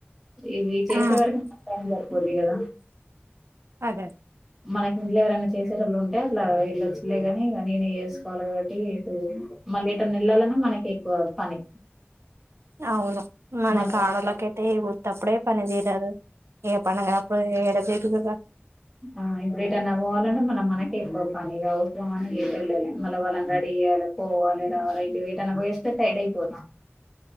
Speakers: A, in the centre; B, on the right.
A: ఇవి చేసే
B: ఆ
A: వరకి టైమ్ సరిపోది కదా
B: అదే
A: మనకి ఇంట్లో ఎవరైనా చేసేటళు ఉంటే అట్లా వీళ్ళు వచ్చలే కాని నేనేస్త తీసుకోవాలి కాబట్టి ఇటు మళ్ళీ ఇటు నిళ్లాలన్నా మనకి ఎక్కువ పని
B: అవును మన
A: మళ్ళీ
B: కాడలకైతే గుట్టప్పుడే పని తీరదు ఏక పడుంగా అప్పుడు ఇడదిద
A: ఆ ఇప్పుడు ఏటన్నా పోవాలంటే మళ్ళీ మనక ఎక్కువ పని అవసరం అని ఏ వెళ్ళాలి మళ్ళ వాళ్ళ రెడీ తెాల పోవాలి రావాల ఇది ఇద వస్ ఎడయిపోదం